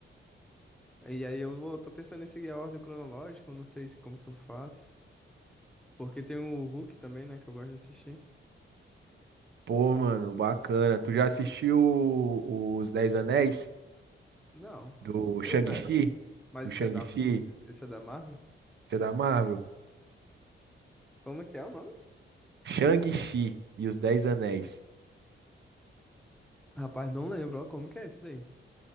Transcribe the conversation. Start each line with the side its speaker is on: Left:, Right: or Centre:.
Centre: E aí eu vou, tô pensando em seguir a ordem cronológica, eu não sei se- como que eu faço. Porque tem o Hulk também, né, que eu gosto de assistir.
Right: Pô, mano, bacana. Tu já assistiu o- os Dez Anéis?
Centre: Não,
Right: Do Shang-Chi?
Centre: esse é... Mas
Right: O Shang-Chi?
Centre: esse é da, esse é da Marvel?
Right: Você é da Marvel?
Centre: Como é que é o nome?
Right: Shang-Chi e os Dez Anéis.
Centre: Rapaz, não lembro, ó, como que é isso daí?